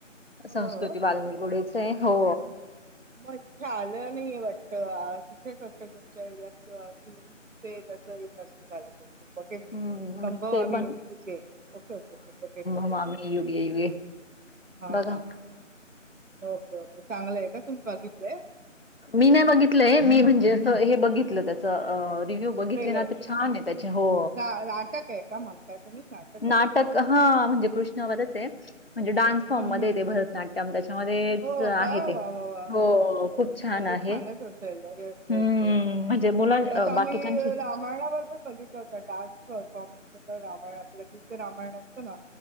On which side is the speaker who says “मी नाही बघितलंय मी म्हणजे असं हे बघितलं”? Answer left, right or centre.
Left